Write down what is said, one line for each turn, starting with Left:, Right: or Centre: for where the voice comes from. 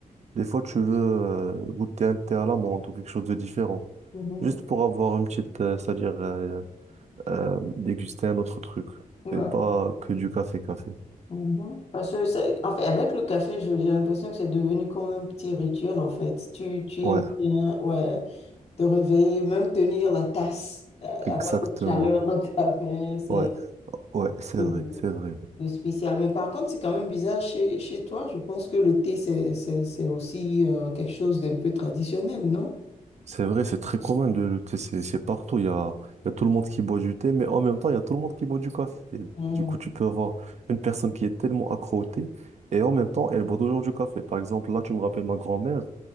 Right: des fois, tu veux euh, goûter un thé à l'amande ou quelque chose de différent,
Left: Mhm.
Right: juste pour avoir une petite, euh, c'est-à-dire, euh, euh, déguster un autre truc,
Left: Ouais.
Right: et pas que du café-café.
Left: Mhm. Parce que, c'est- en fait, avec le café, je- j'ai l'impression que c'est devenu comme un petit rituel, en fait. Tu, tu
Right: Ouais,
Left: aimes bien, ouais, te réveiller, même tenir la tasse, euh,
Right: exactement.
Left: avoir cette chaleur dans ta main, c'est...
Right: Ouais, ouais, c'est
Left: de,
Right: vrai, c'est vrai.
Left: de spécial. Mais par contre, c'est quand même bizarre chez, chez toi. Je pense que le thé, c'est, c'est, c'est aussi euh, quelque chose d'un peu traditionnel, non?
Right: C'est vrai, c'est très commun de le thé, c'est c'est partout. Il y a, il y a tout le monde qui boit du thé, mais en même temps, il y a tout le monde qui boit du café.
Left: Mm.
Right: Du coup, tu peux avoir une personne qui est tellement accro au thé et en même temps, elle boit toujours du café. Par exemple, là, tu me rappelles ma grand-mère.